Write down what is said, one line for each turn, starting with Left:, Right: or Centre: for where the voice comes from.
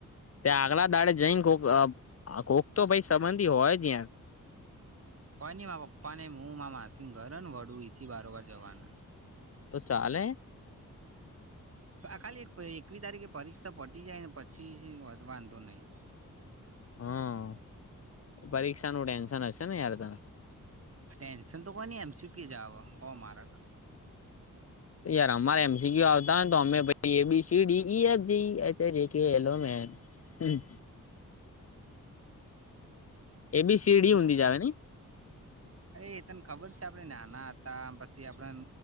Left: ત્યા આગલા દાડે જઈને કોક કોક તો ભાઈ સંબંધી હોય ત્યાં.
Right: કોઈ નહી મા પપ્પા ને હું માં માસિંગ ઘર ને વડું થી વારોવાર જવાના.
Left: તો ચાલે.
Right: આ ખાલી એકવીસ તારીખે પરીક્ષા પટી જાય ને પછી વાંધો નહી.
Left: હમ્મ પરીક્ષા નું ટેન્શન હશે ને યાર તને.
Right: ટેન્શન તો કોઈ નહી એમસી ક્યુ જ આવ હો માર્ક.
Left: અરે અમારે એમસી ક્યુ આવતા હોયે તો અમે પછી A B C D E F G H I J K લ ઓ મનો હમ્મ એ બી સીડી
Right: એવું
Left: હૂંડી જવ આવે ને
Right: અરે એ તને ખબર છે આપડે નાના હતા પછી આપડ